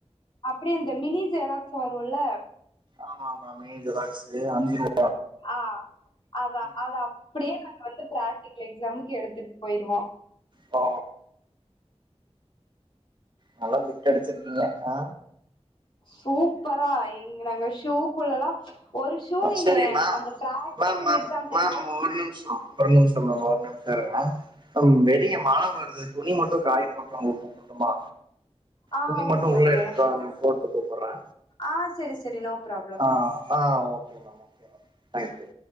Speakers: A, on the left; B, on the right.
A: அப்படியே இந்த மினி ஜெராக்ஸ் வருல்ல
B: ஆமா ஆமா மினி ஜெராக்ஸ்சு அஞ்சு ரூவா
A: ஆ அத்தா அத அப்படியே நாங்க வந்து பிராக்டிகல் எக்ஸாம்க்கு எடுத்துட்டு போயிருவோ
B: சோ நல்லா பிட் அடிச்சிருக்கீங்க அ
A: சூப்பரா எங்க நாங்க ஷூக்குள்ளல்லா ஒரு ஷூ நீங்க
B: சரி மேம்
A: அந்த practical
B: ma'am ma'am
A: exam டைம்ல
B: ma'am ஒரு நிமிஷம் ஒரு நிமிஷம் மேம் ஒரு நிமிஷம் இருங்க வெளிய மழை வருது துணி மட்டும் காய போட்டு வன்டோ பக்கமா
A: ஆ
B: துணி மட்டும்
A: ஓகே
B: உள்ள
A: ஓகே
B: எடுத்துட்டு வந்து போட்டு கூப்பட்றே
A: ஆ சேரி சேரி நோ பிராப்ளம்
B: அ ஆ okay ma'am okay ma'am thank you